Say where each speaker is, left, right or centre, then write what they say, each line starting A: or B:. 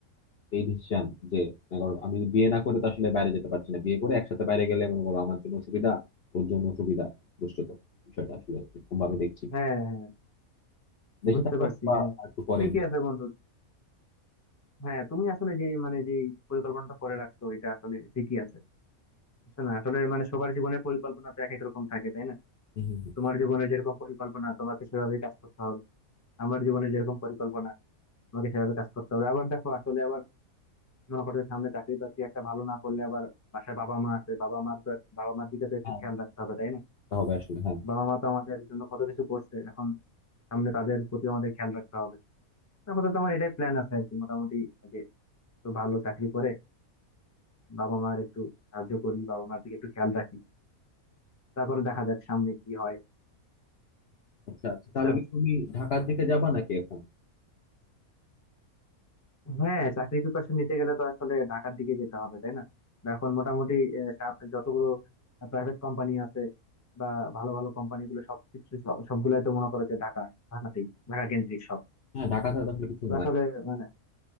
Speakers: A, on the left (about 50°); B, on the left (about 15°).
A: এই ডিসিশন যে মনে করো, আমি বিয়ে না করে তো আসলে বাইরে যেতে পারছি না বিয়ে করে একসাথে বাইরে গেলে মনে করো আমার জন্য সুবিধা ওর জন্য সুবিধা দুষ্টত বিষয়টা আসলে এরকম ভাবে দেখছি
B: হ্যাঁ হ্যাঁ।
A: দেশে
B: বুঝতে
A: থাকলে
B: পারছি
A: বা
B: হ্যাঁ
A: আর একটু পরে
B: ঠিকই
A: দেখবো।
B: আছে বন্ধু হ্যাঁ তুমি আসলে যে মানে যে পরিকল্পনাটা করে রাখছো এটা আসলে ঠিকই আছে বুঝছো না আসলে মানে সবার জীবনের পরিকল্পনা তো এক এক রকম থাকে তাই না
A: হুম, হুম, হুম।
B: তোমার জীবনে যেরকম পরিকল্পনা তোমাকে সেভাবে কাজ করতে হবে আমার জীবনে যেরকম পরিকল্পনা তোমাকে সেভাবে কাজ করতে হবে আবার দেখো আসলে আবার মনে করো যে সামনে চাকরি বাকরি একটা ভালো না করলে আবার বাসায় বাবা মা আছে বাবা মার তো বাবা মার দিকে তো একটু
A: হ্যাঁ
B: খেয়াল রাখতে হবে তাই না
A: হবে আসলে হ্যাঁ
B: বাবা মা তো আমাদের জন্য কত কিছু করছে এখন সামনে তাদের প্রতি আমাদের খেয়াল রাখতে হবে আপাতত আমার এটাই প্ল্যান আছে আর কি মোটামুটি আগে তো ভালো চাকরি করে বাবা মার একটু সাহায্য করি বাবা মার দিকে একটু খেয়াল রাখি তারপরে দেখা যাক সামনে কি হয়
A: আচ্ছা আচ্ছা
B: বুঝছো
A: তাহলে কি তুমি ঢাকার দিকে যাবা নাকি এখন
B: হ্যাঁ চাকরি প্রিপারেশন নিতে গেলে তো আসলে ঢাকার দিকে যেতে হবে তাই না বা এখন মোটামুটি আহ, সা- যতগুলো প্রাইভেট কোম্পানি আছে বা ভালো ভালো কোম্পানি গুলো সবকিছু সব- সবগুলাই তো মনে করো যে ঢাকা ঢাকাতেই ঢাকা কেন্দ্রিক সব
A: হ্যাঁ ঢাকা ছাড়া তো আসলে কিছু
B: তো
A: নাই
B: আসলে মানে